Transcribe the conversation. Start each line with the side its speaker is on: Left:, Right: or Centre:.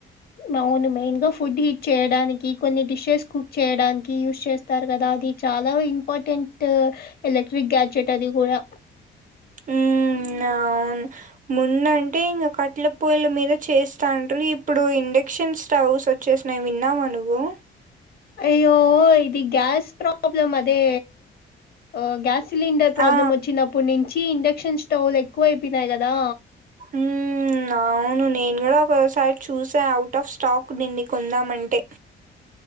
Left: అవును మెయిన్ గా ఫుడ్ హిట్ చేయడానికి కొన్ని డిషెస్ కుక్ చేయడానికి యూస్ చేస్ స్తారు కదా అది చాలా ఇంపార్టెంట్ ఎలక్ట్రిక్ గ్యాడ్జెట్ అది కూడా
Right: ఉమ్ నౌను ముందంటే ఇంగ కట్ల పొయ్ల మీద చేస్తాండ్రి ఇప్పుడు ఇండక్షన్ స్టవ్స్ చేస్నయ్ విన్నావా నువ్వు?
Left: అయ్యో ఇది గ్యాస్ ప్రాబ్లమ్ అదే ఒ గ్యా సిలిండర్ ప్రాబ్లం
Right: ఆ
Left: వొచ్చినప్పడ్నుంచి ఇండక్షన్ స్టవ్లు ఎక్కువ ఐపోనాయ్ కదా?
Right: ఊ ఉ అవును నేను కూడా ఒకసారి చూశ అవుట్ ఆఫ్ స్టాక్ ఉన్నింది కొందామంటే